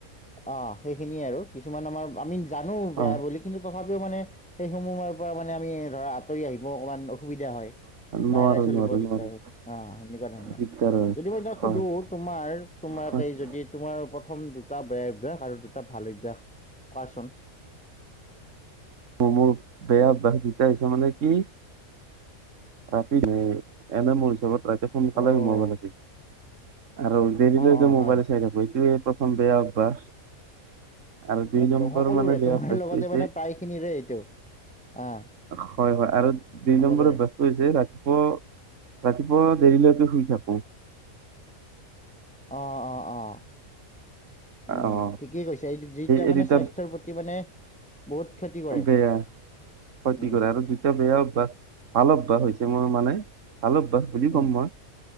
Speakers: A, in the centre; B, on the right.
A: অ সেইখিনিয়ে আৰু কিছুমান আমাৰ আমি জানো বেয়া
B: অ
A: বুলি কিন্তু তথাপিও মানে সেইসমূহৰ পৰা মানে আমি ধৰা আঁতৰি আহিব অকমান অসুবিধা হয় বা
B: নোৱাৰো
A: এৰাই চলিব
B: নোৱাৰো
A: দিগদাৰ
B: নোৱাৰো
A: হয় অ সনেকুৱা ধৰণৰ
B: দিগদাৰ হয়
A: যিবই এতিয়া
B: হয়
A: সুধো তোমাৰ তোমাক
B: হয়
A: এই যদি তোমাৰ প্ৰথম দুটা বেয়া অভ্যাস আৰু দুটা ভাল অভ্যাস কোৱাচোন
B: মোৰ বেয়া অভ্যাস হৈছে মানে কি ৰাতি এনে মোৰ হিচাপত ৰাতি সোনকালে
A: অ',
B: সোমাব লাগিব আৰু দেৰিলৈকে
A: অ', অ',
B: মোবাইল
A: হয়।
B: চাই থাকো এইটোয়ে প্ৰথম বেয়া অভ্যাস আৰু দুই
A: একদম
B: নম্বৰ
A: সকলোৰে
B: মানে বেয়া
A: তোমাৰ
B: অভ্যাস
A: লগতে
B: হৈছে
A: মানে প্ৰায় খিনিৰে এইটো আহ
B: হয় হয় আৰু দুই
A: সকলোৰে
B: নম্বৰ বাসটো হৈছে ৰাতিপুৱা ৰাতিপুৱা দেৰিলৈকে শুই থাকো
A: অঁ অঁ অঁ উম
B: অ
A: ঠিকেই কৈছে এই যিটা
B: এই
A: মানে
B: দুটা
A: স্বাস্থ্যৰ প্ৰতি মানে বহুত ক্ষতি কৰে
B: বেয়া ক্ষতি
A: উম
B: কৰা আৰু দুটায়া বেয়া অভ্যাস ভাল অভ্যাস হৈছে মই মানে ভাল অভ্যাস বুলি
A: উম
B: ক'ম মই